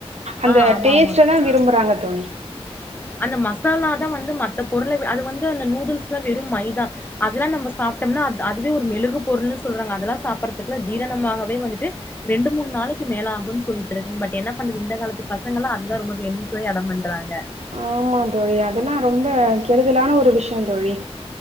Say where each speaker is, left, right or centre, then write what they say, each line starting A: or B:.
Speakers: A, on the right; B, on the left.
A: அந்த
B: ஆ ஆமா
A: டேஸ்ட்ட
B: ஆமாங்க்கா
A: தா விரும்புறாங்க தோழி
B: அந்த மசாலா தா வந்து மத்த பொருள அது வந்து அந்த நூடுல்ஸ்லா வெறு மைதா அதெல்லா நம்ம சாப்டம்னா அத் அதுவே ஒரு மெழுகு பொருள்னு சொல்றாங்க அதெல்லா சாப்பிறதுக்குல்லா ஜிரணமாகவே வந்துட்டு ரெண்டு மூணு நாளைக்கு மேல ஆகுன் சொல்லிட்டு இருக்குங்க பட் என்ன பண்றது இந்த காலத்து பசங்கல்லா அதுதா ரொம்ப வேணுனு சொல்லி அடம் பண்றாங்க
A: ஆமா தோழி அதெல்லா ரொம்ப கெடுதலான ஒரு விஷய தோழி